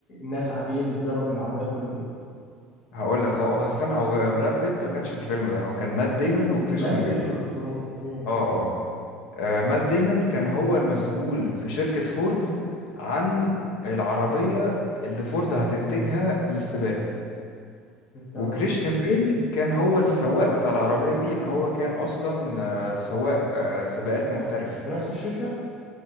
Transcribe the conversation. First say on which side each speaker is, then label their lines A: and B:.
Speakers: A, on the left; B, on the left.
A: ناس عادية بتجرب العربيات ولا ايه؟
B: هقول لك هو هو استنى هو براد بيت ما كانش في الفيلم ده هو كان مات ديمون وكريستيان
A: مات
B: بيل
A: ديمون اه اوكي
B: اه اه آه، مات ديمون كان هو المسؤول في شركة فورد عن العربية اللي فورد هتنتجها للسباق
A: تمام
B: وكريستيان بيل كان هو السواق بتاع العربية دي ان هو كان اصلا آه، سواق آه، سباقات محترف
A: في نفس الشركة